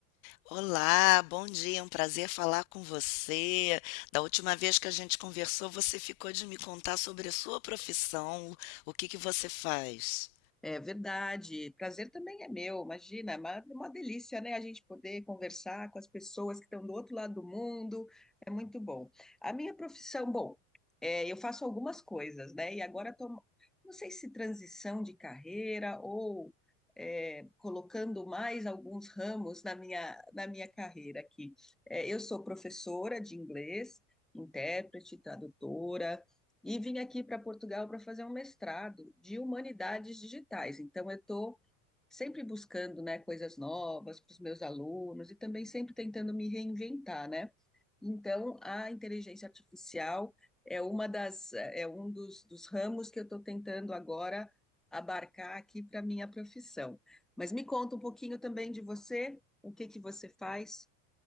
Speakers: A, on the left; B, in the centre.
A: Olá, bom dia, é um prazer falar com você. Da última vez que a gente conversou, você ficou de me contar sobre a sua profissão, o que que você faz?
B: É verdade, prazer também é meu, imagina, é uma, é uma delícia, né? A gente poder conversar com as pessoas que estão do outro lado do mundo, é muito bom. A minha profissão, bom, é, eu faço algumas coisas, né? E agora estou, não sei se transição de carreira ou é, colocando mais alguns ramos na minha, na minha carreira aqui. É, eu sou professora de inglês, intérprete, tradutora. e vim aqui para Portugal para fazer um mestrado de humanidades digitais. Então, eu estou sempre buscando, né, coisas novas para os meus alunos e também sempre tentando me reinventar, né? Então, a inteligência artificial é uma das é um dos, dos ramos que eu estou tentando agora abarcar aqui para minha profissão. Mas me conta um pouquinho também de você, o que que você faz?